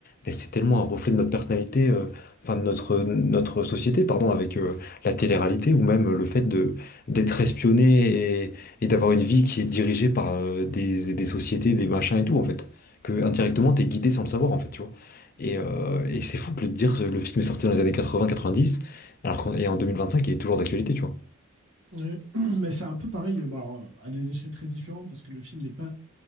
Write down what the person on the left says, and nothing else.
Mais c'est tellement un reflet de notre personnalité, euh, enfin de notre, notre société, pardon, avec euh, la télé-réalité ou même euh, le fait de d'être espionné et, et d'avoir une vie qui est dirigée par euh, des, des sociétés, des machins et tout, en fait. Que indirectement,
t'es guidé sans le savoir, en fait, tu vois. Et, euh, et c'est fou que le, dire, le film est sorti dans les années 80-90 alors qu'en- et en 2025, il est toujours d'actualité, tu vois.